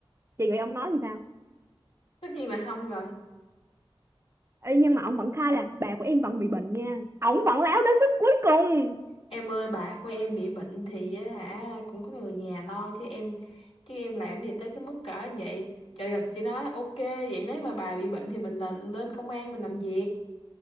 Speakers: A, on the right; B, on the left.
A: chị nghĩ ông nói làm sao
B: Tất nhiên là không rồi
A: Ê, nhưng mà ông vẫn khai là bà của em vẫn bị bệnh nha ông vẫn láo đến phút cuối cùng
B: Em ơi bà của em bị bệnh thì á hả cũng có người nhà lo chứ em chứ em làm gì tới cái mức cỡ như vậy trời gặp thì chị nói ok vậy nếu mà bà bị bệnh thì mình lên lên công an mình làm việc